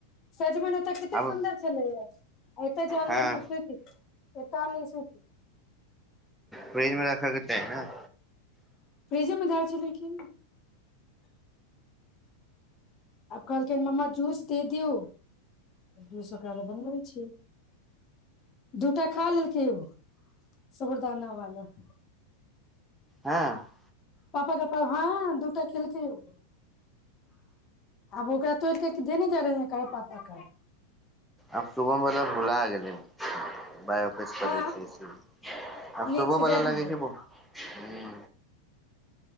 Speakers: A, on the left; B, in the centre.
A: सजमन ओतय कते
B: आब
A: सुन्दर छलैए यै एतऽ जे आनलियै
B: हँ
A: से देखियो एत नहि सी
B: फ्रिज मे राखलके तेँ
A: जिमेंदार छैलै की आब कहलखिन मम्मा जूस देऽ दियौ जूस ओकरा लए बनबै छियै दूटा खा लेलकै ओ सबुरदाना वाला <inaudible>
B: हँ
A: पापा कापा हँ दूटा खेलके ओ आब ओकरा तोड़िकऽ धने जा रहै पापा का है
B: आब सुभम बला भुला गेलै बाय खस पड़ै
A: आ
B: छै से आ
A: नीक
B: सुबह
A: से जाय
B: बला
A: दियौ
B: लागै छै ब हूँ